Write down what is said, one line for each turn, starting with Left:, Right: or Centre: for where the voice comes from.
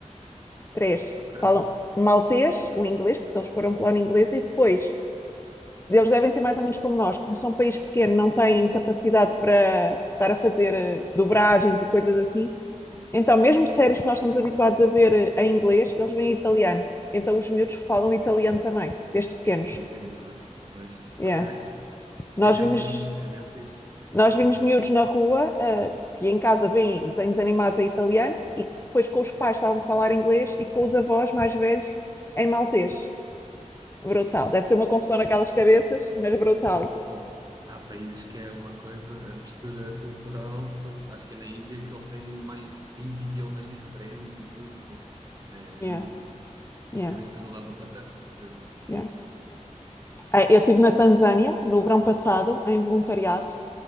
Left: três.
Right: Ok?
Left: Falam maltês, o inglês, porque eles foram colónia inglesa, e depois eles devem ser mais ou menos como nós, como são um país pequeno, não têm capacidade para estar a fazer eh, dobragens e coisas assim. Então, mesmo séries que nós estamos habituados a ver eh, em inglês, eles vêm em italiano. Então, os miúdos falam italiano também, desde pequenos.
Right: Muito engraçado. Pois,
Left: Yeah.
Right: ok.
Left: Nós
Right: É mesmo
Left: vimos
Right: fixe, é mesmo fixe.
Left: Nós vimos miúdos na rua ah, que em casa veem desenhos animados em italiano e depois com os pais estavam a falar inglês e com os avós mais velhos em maltês. Brutal. Deve ser uma confusão naquelas cabeças, mas brutal.
Right: Pô, há países que é uma coisa, a mistura cultural, são- acho que é na Índia que eles têm mais de 20 idiomas diferentes e tudo. Pô, é
Left: Yeah,
Right: muito.
Left: yeah,
Right: Minha cabeça não dava para tanto, de certeza.
Left: yeah. Ah, Eu estive na Tanzânia no verão passado em voluntariado